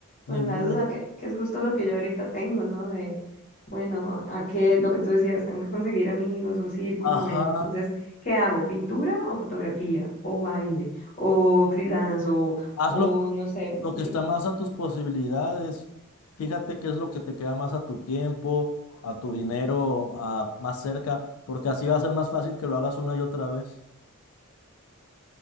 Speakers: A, on the left; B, on the left.
A: Con
B: Ninguno.
A: la duda, que, que es justo lo que yo ahorita tengo, ¿no? De, bueno, a qué, lo que tú decías, tengo que conseguir amigos, un círculo,
B: Ajá.
A: bueno, entonces, ¿qué hago? ¿Pintura o fotografía? ¿O baile? ¿O freelance? ¿O,
B: Hazlo
A: o no sé?
B: Lo que
A: ¿qué?
B: está más a tus posibilidades, fíjate qué es lo que te queda más a tu tiempo, a tu dinero, a más cerca, porque así va a ser más fácil que lo hagas una y otra vez.